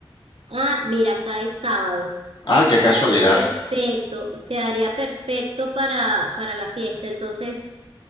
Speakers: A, on the right; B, on the left.
A: Ah, mira, cae sábado.
B: Ah, qué
A: Quedaría
B: casualidad.
A: perfecto, quedaría perfecto para, para la fiesta. Entonces,